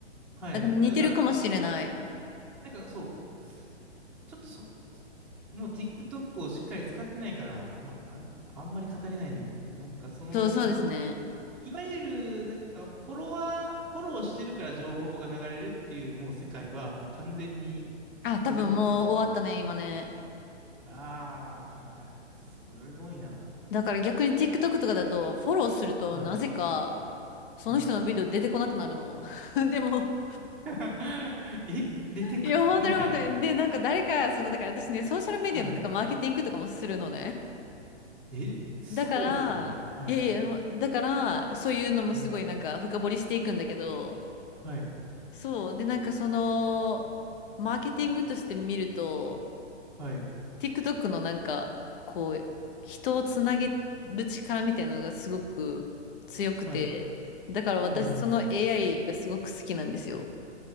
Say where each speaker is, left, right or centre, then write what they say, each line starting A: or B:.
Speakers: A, in the centre; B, on the left.
A: はい。
B: あ、でも似てるかもしれない。
A: あ、だから、なんかそう、ちょっとそ、もう TikTok をしっかり使ってないから、まあ、あんあんまり語れないんですけど、なんかその、
B: そう、そうですね。
A: いわゆるなんかフォロワー、フォローしてるから情報が流れるっていうもう世界はもう完全に
B: あ、
A: 崩れてて、
B: 多分もう終わったね、今ね。
A: ああ、すごいな。
B: だから逆に TikTok とかだと、フォローするとなぜか、
A: はい、
B: その人のビデオ出てこなくなるの。
A: はい。
B: <laughs> でも、
A: <laughs> え、出てく、
B: いや、本当に本当に。
A: もはや。
B: で、なんか誰か、その、だから私ね、ソーシャルメディアのなんかマーケティングとかもするのね。
A: はいえ、すごいっすね。
B: だから、
A: はい。
B: いやいや、だから、そういうのもすごいなんか深掘りしていくんだけど、
A: はい。はい。
B: そう。で、なんかその、マーケティングとして見ると、
A: はい。
B: TikTok のなんか、こう、人をつなげる力みたいなのがすごく強くて、
A: はい。
B: だから私その
A: うん、うん。
B: AI がすごく好きなんですよ。